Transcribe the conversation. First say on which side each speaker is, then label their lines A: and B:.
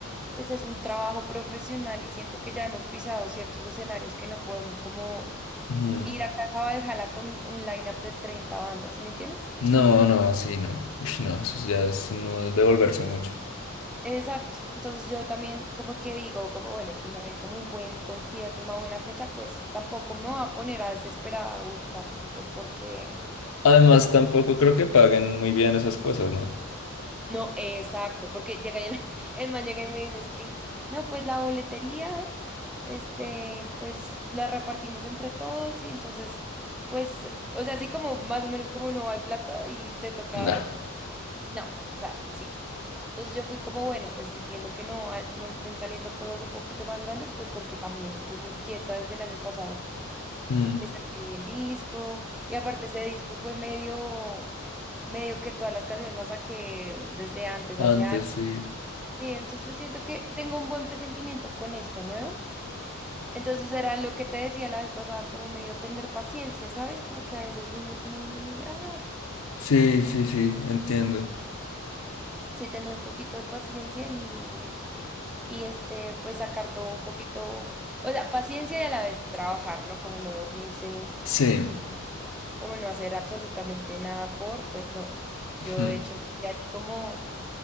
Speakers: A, in the centre; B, on the left.
A: pues es un trabajo profesional y siento que ya hemos pisado ciertos escenarios que no podemos como
B: Mm,
A: ir a Casa Valhalla con un line-up de 30 bandas, ¿sí me entiendes?
B: No, no, sí, no. Uy, no, eso ya es uno devolverse mucho.
A: Exacto. Entonces yo también como que digo, como bueno, si no hay como un buen concierto, una buena fecha, pues tampoco me voy a poner a desesperada a buscar, pues porque,
B: Además,
A: pues
B: tampoco creo que paguen muy bien esas cosas, ¿no?
A: no, exacto, porque llega y el, <laughs> el man llega y me dice, es que, no, pues la boletería, este, pues la repartimos entre todos y entonces, pues, o sea, así como más o menos como no hay plata y te toca
B: No.
A: No, o sea, sí. Entonces yo fui como, bueno, pues entiendo que no, ah, no estén saliendo cosas un poquito más grandes, pues porque también estoy muy quieta desde el año pasado,
B: Mm,
A: que saqué el disco, y aparte ese disco fue medio, medio que todas las canciones las saqué desde antes, hace
B: Antes
A: años.
B: sí.
A: Sí, entonces yo siento que tengo un buen presentimiento con esto nuevo. Entonces era lo que te decía la vez pasada, como medio tener paciencia, ¿sabes? Como que a veces uno es muy, ah,
B: Sí, sí, sí, entiendo.
A: sí, tener un poquito de paciencia y... y este, pues sacar todo un poquito, o sea, paciencia y a la vez trabajar, ¿no? Como no dormirse,
B: Sí.
A: como no hacer absolutamente nada por, pues no. Yo
B: ujú,
A: de hecho estoy ahí como,